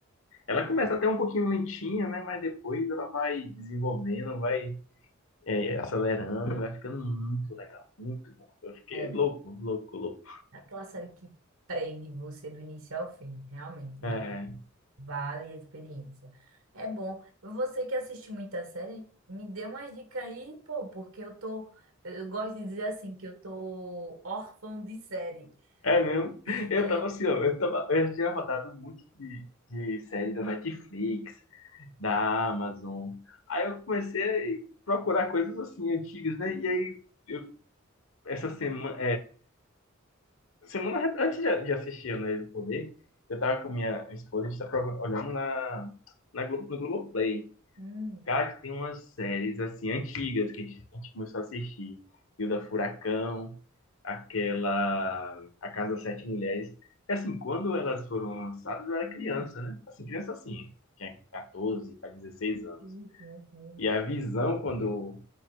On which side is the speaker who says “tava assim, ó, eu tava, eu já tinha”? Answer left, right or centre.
Left